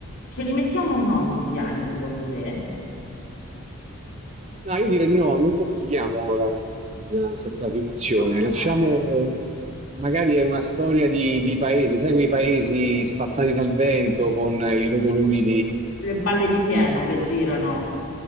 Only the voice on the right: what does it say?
Ma io direi di no, non complichiamo la, la- la situazione,
lasciamo, magari è una storia di, di paese, sai quei paesi spazzati dal vento con i rotoloni
di,